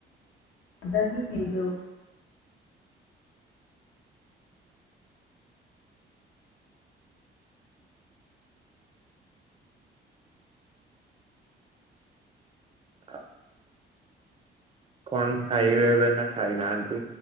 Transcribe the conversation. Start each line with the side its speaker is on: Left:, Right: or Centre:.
Left: ଓଦା ହିଁ ହେଇଯାଉ।
Right: <unintelligible> କଣ ଖାଇବେ ଏବେ ନା ଖାଇନାହାନ୍ତି